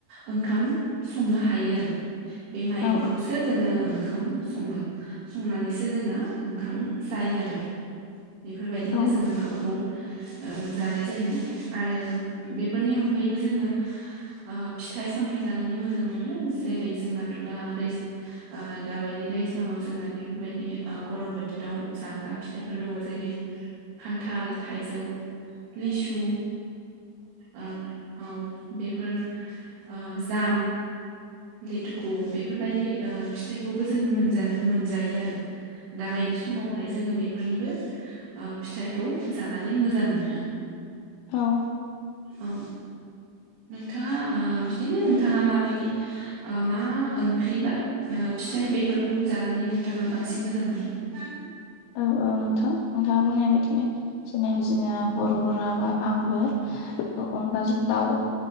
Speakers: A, on the right; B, on the left.
A: ओंखाम संनो हायो आरो बे माइरंखौसो
B: औ
A: जोङो ओं खाम सङो संनानैसो जोंना ओंखाम जायो आरो। बेफोरबायदिनो
B: औ
A: जोंङो ओंखामखौ ओ जानाय जायो आरो बेफोरनि अनगायैबो जोङो ओ फिथाइ सामथाइ जानानै मोजां मोनो। जेरै जोंनाथ' दा दैज ओ दाबायदि नदि दैज्लांआव जोंना बेफोरबायदि ओ गरम बोथोराव जाग्रा फिथाइफोर दङ जे जेरै खान्थाल, थाइजौ, लिसु ओ औ बेफोर ओ जाम लेथुकु बेफोरबायदि ओ फिथाइखौबो जोङो मोनजानो मोन जायो‌ आरो‌ दाबायदि समावहाय जोङो बेफोरनिबो ओ फिथायखौ जानानै मोज मोजां मोनो।
B: औ
A: औ नोंथाङा ओ बिदिनो नोंथाङा माबायदि मा ओंख्रि बा ओ फिथाइ बेफोरखौ जानानै नोंथाङा बांसिन मोजां मोनो?
B: औ औ नोंथां नोंथाङा बुंनाय बायदिनो जेनिबा जोंनिया बर'फोरा बा आंबो अ अनलाजों दाउ।